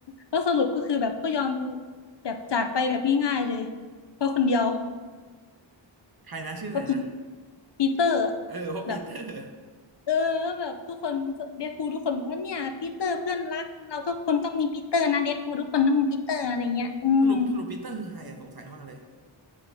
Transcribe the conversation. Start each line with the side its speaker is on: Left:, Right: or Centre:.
Left: แล้วสรุปก็คือแบบก็ยอมแบบจากไปแบบง่ายๆเลยเพราะคนเดียว
Right: ใครนะชื่ออะไรนะ
Left: เพราะปีเตอร์
Right: เออเพราะปีเตอร์
Left: แบบ เออแบบทุกคนเดดพูลทุกคนบอกว่าเนี่ยปีเตอร์เพื่อนรักเราทุกคนต้องมีปีเตอร์นะเดดพูลทุกคนต้องมีปีเตอร์อะไรเงี้ยอืม
Right: สรุปสรุปปีเตอร์คือใครอะสงสัยมากเลย